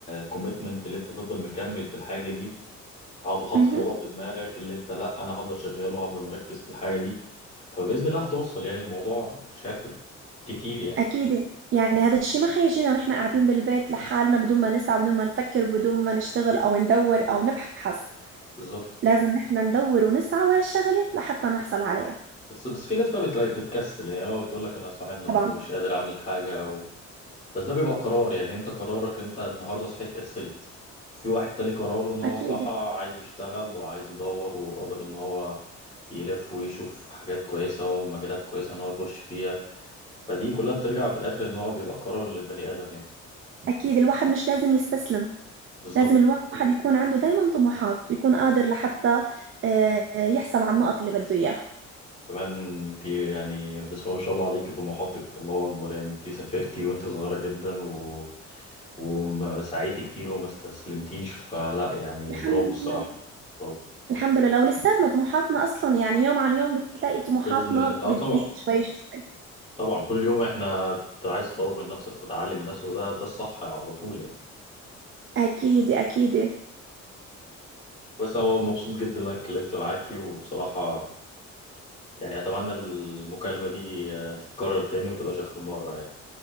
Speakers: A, on the left; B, on the right.
A: كوميتمنت اللي أنت تفضل مكمل في الحاجة دي حاطط حاطط
B: امم
A: الموضوع في دماغك اللي انت لا انا هفضل شغال وهفضل مركز في الحاجه دي فباذن الله هتوصل يعني الموضوع مش هياخد كتير يعني
B: اكيد يعني هذا الشيء ما حيجينا ونحن قاعدين بالبيت لحالنا بدون ما نسعى بدون ما نفكر بدون ما نشتغل او ندور او نبحث
A: بالظبط
B: لازم نحن ندور ونسعى ورا الشغلة لحتى نحصل عليها
A: بس بس في ناس بقى بتلاقي بتكسل يعني لو بتقول لك انا صاحي النهارده
B: طبعا
A: مش قادر اعمل حاجه و... بس ده بيبقى قرار يعني انت قرارك انت النهارده صحيت كسلت في واحد تاني قراره ان هو
B: اكيد
A: صحى عايز يشتغل وعايز يدور وقادر ان هو يلف ويشوف حاجات كويسه ومجالات كويسه ان هو يخش فيها فدي كلها بترجع في الاخر ان هو بيبقى قرار للبني ادم يعني
B: اكيد الواحد مش لازم يستسلم
A: بالظبط
B: لازم الواحد يكون عنده دايما طموحات ويكون قادر لحتى آه، يحصل على النقط اللي بده اياها
A: كمان انت يعني بسم الله ما شاء الله عليكي طموحاتك الله اكبر يعني انت سافرتي وانت صغيره جدا و... وسعيتي كتير وما استسلمتيش فلا يعني
B: الحمد
A: برافو الصراحه
B: لله
A: برافو
B: الحمد لله ولساتنا طموحاتنا اصلا يعني يوم عن يوم بتلاقي طموحاتنا
A: باذن الله اه
B: بتزيد
A: طبعا
B: شوي شوي
A: طبعا كل يوم احنا انت عايز تطور من نفسك وتعلي من نفسك وده ده الصح على طول يعني
B: أكيد أكيد
A: بس انا مبسوط جدا ان انا اتكلمت معاكي وبصراحه يعني اتمنى المكالمه دي آه، تتكرر تاني ومتبقاش اخر مره يعني